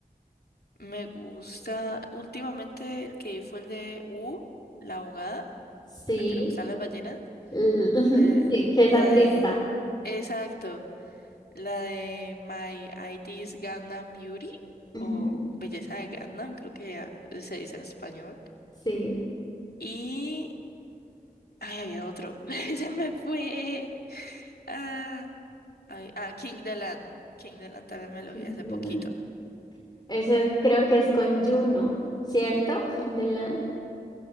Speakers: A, on the left (about 85°); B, on the left (about 30°).
A: Me gusta, últimamente el que vi fue el de Wu, la abogada,
B: Sí,
A: la que le gustan las ballenas,
B: l- ujú,
A: eh,
B: sí, que es
A: la
B: autista.
A: de... Exacto. La de My ID is Gangnam Beauty
B: Ujú,
A: o Belleza de Gangnam, creo que ya se dice en español.
B: Sí,
A: Y... Ay, había otro. <laughs> Se me fue. Ah, ay, ah, King the Land. King the Land también me lo
B: Kim
A: vi hace
B: de
A: poquito.
B: Lan. Ese creo que es con Juno, ¿cierto? Kim de Lan.